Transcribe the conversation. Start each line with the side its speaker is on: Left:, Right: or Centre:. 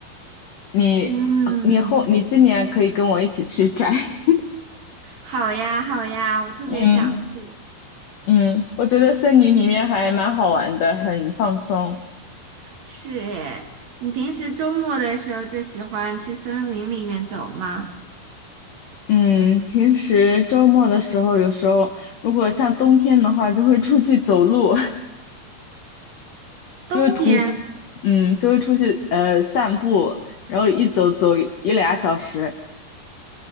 Left: 你，
Right: 嗯，
Left: 呃你后，你今年可以跟我一起去摘。<laughs>
Right: 好呀，好呀，我特别想去。
Left: 嗯嗯，我觉得森林里面还蛮好玩的，很放松。
Right: 是诶，你平时周末的时候就喜欢去森林里面走吗？
Left: 嗯，平时周末的时候，有时候如果像冬天的话，就会出去走路，<laughs>
Right: 冬天？
Left: 就会徒，嗯，就会出去呃散步，然后一走走一俩小时。